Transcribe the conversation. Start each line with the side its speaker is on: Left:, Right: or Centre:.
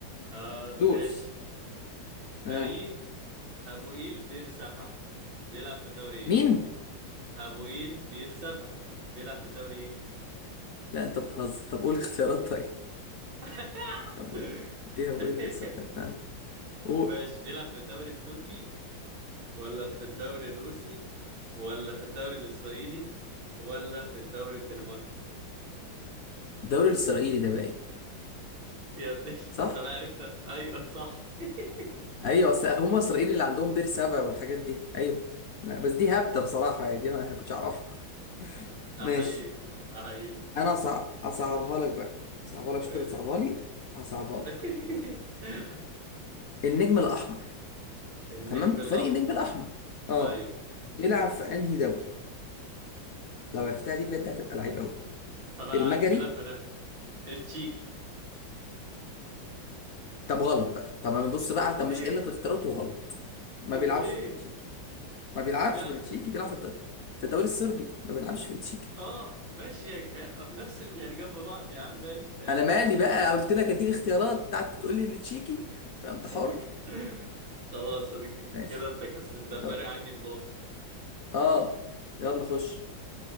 Right: آه ماشي
Left: دوس
Right: فريق
Left: آه.
Right: هابوئيل بير سبع بيلعب في الدوري
Left: مين؟
Right: ايه هابوئيل بير سبع بيلعب في الدوري ايه
Left: لا انت بتهزر طب قول اختيارات طيب
Right: <laughs>
Left: طب قول. ايه هو ابدا السؤال آه. قول
Right: ماشي بيلعب في الدوري التركي ولا في الدوري الروسي ولا في الدوري الإسرائيلي ولا في الدوري الدنماركي
Left: الدوري الاسرائيلي ده بقى ايه
Right: يا ابني <laughs>
Left: صح؟
Right: طب عرفت ايوه صح <laughs>
Left: ايوه اصل هم اسرائيلي اللي عندهم بير سبع والحاجات دي ايوه لا بس دي هبدة بصراحة يعني دي ما كنتش اعرفها ماشي
Right: احييك احييك
Left: انا أصع... اصعبها لك بقى اصعبها لك
Right: ماشي.
Left: مش انت بتصعبها لي هصعبها
Right: <laughs>
Left: لك النجم الاحمر
Right: النجم
Left: تمام
Right: الاحمر
Left: فريق النجم الاحمر اه
Right: ايوه
Left: بيلعب في انهي دوري لو عرفتها دي بجد هتبقى لعيب قوي
Right: طب انا
Left: المجري
Right: عارف بيلعب في التشيكي
Left: طب غلط بقى طب ما بص بقى طب
Right: ليه
Left: مش قايل لك اختيارات وغلط ما بيلعبش
Right: ليه
Left: في التشيكي ما بيلعبش
Right: بيلعب
Left: في التشيكي
Right: في
Left: بيلعب في الد- في الدوري الصربي ما بيلعبش في التشيكي
Right: اه ماشي يا- في نفس ال... يعني جنب بعض يا عم ماشي ماشي
Left: انا مالي
Right: ماشي ماشي
Left: بقى قلت لك اديك اختيارات قعدت تقول لي التشيكي انت حر
Right: <laughs> خلاص اديك
Left: ماشي
Right: كده انت كس... انت
Left: يلا
Right: فارق عني بنقطة
Left: اه يلا خش